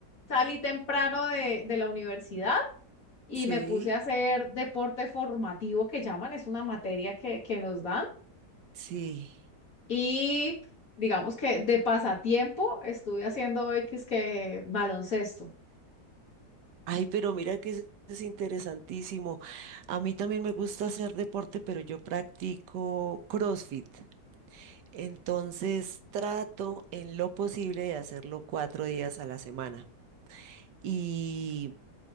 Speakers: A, on the left; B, on the right.
A: salí temprano de, de la universidad y
B: sí,
A: me puse a hacer deporte formativo que llaman, es una materia que, que nos dan.
B: sí.
A: Y digamos que de pasatiempo estuve haciendo hoy que es que baloncesto,
B: Ay, pero mira que es, es interesantísimo. A mí también me gusta hacer deporte, pero yo practico CrossFit. Entonces trato en lo posible de hacerlo cuatro días a la semana. Y